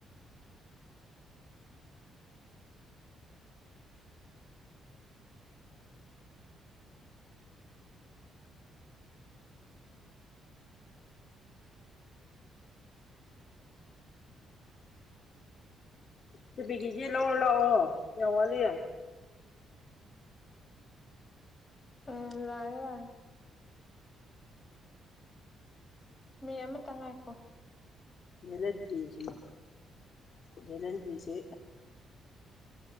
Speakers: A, on the left; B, on the left.
A: ꯅꯨꯄꯤ ꯀꯦꯖꯦ ꯂꯧꯔꯣ ꯂꯥꯛꯑꯣ ꯀꯌꯥꯋꯥꯠꯂꯤ
B: ꯎꯝ ꯂꯥꯛꯑꯒꯦ ꯂꯥꯛꯑꯒꯦ ꯃꯤ ꯑꯃꯇ ꯉꯥꯏꯀꯣ
A: ꯂꯟꯗꯕꯤꯁ ꯕꯦꯂꯦꯟꯗꯔꯤꯁꯦ